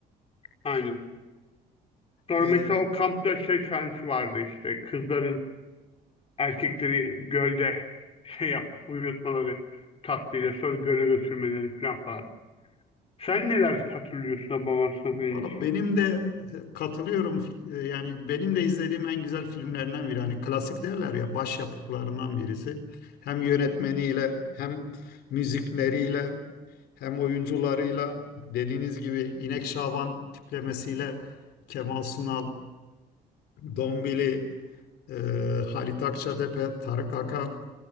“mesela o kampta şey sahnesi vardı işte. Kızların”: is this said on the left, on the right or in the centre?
Left